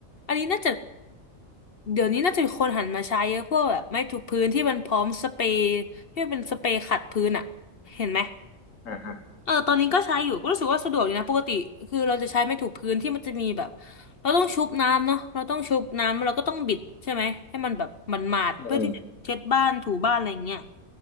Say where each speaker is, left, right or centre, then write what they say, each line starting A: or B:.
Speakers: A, on the left; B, on the left.
A: อันนี้น่าจะเดี๋ยวนี้น่าจะมีคนหันมาใช้เยอะพวกแบบไม้ถูพื้นที่มันพร้อมสเปรย์ที่มันเป็นสเปรย์ขัดพื้นอะเห็นไหม
B: อ่าอ่า
A: เออตอนนี้ก็ใช้อยู่ก็รู้สึกว่าสะดวกดีนะปกติคือเราจะใช้ไม้ถูกพื้นที่มันจะมีแบบเราต้องชุบน้ำเนาะเราต้องชุบน้ำเราก็ต้องบิดใช่ไหมให้มันแบบมันหมาดๆเพื่อที่จะเช็ดบ้านถูบ้านอะไรเงี้ย
B: อืม